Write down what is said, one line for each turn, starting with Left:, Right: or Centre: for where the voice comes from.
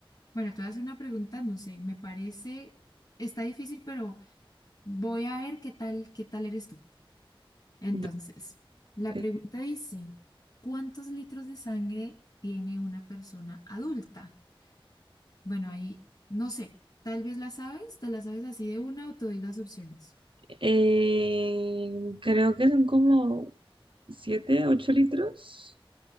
Left: Bueno, te voy a hacer una pregunta, no sé, me parece, está difícil, pero voy a ver qué tal, qué tal eres tú. Entonces,
Right: Yo-
Left: la
Right: ok.
Left: pregunta dice, ¿cuántos litros de sangre tiene una persona adulta? Bueno, ahí no sé, tal vez la sabes, te la sabes así de una o te doy las opciones.
Right: Eh, creo que son como 7 8 litros,